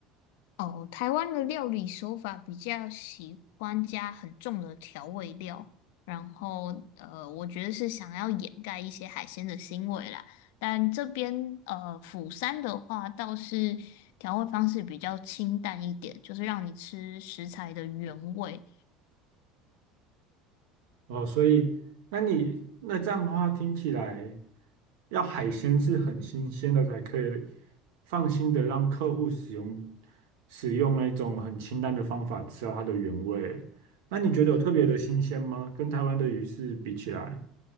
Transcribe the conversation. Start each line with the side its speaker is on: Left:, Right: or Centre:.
Left: 哦，台湾的料理手法比较喜欢加很重的调味料，然后呃，我觉得是想要掩盖一些海鲜的腥味啦。但这边呃，釜山的话倒是调味方式比较清淡一点，就是让你吃食材的原味。
Right: 哦，所以那你那这样的话，听起来要海鲜是很新鲜的才可以放心的让客户使用使用那种很清淡的方法吃到它的原味。那你觉得有特别的新鲜吗？跟台湾的鱼是比起来，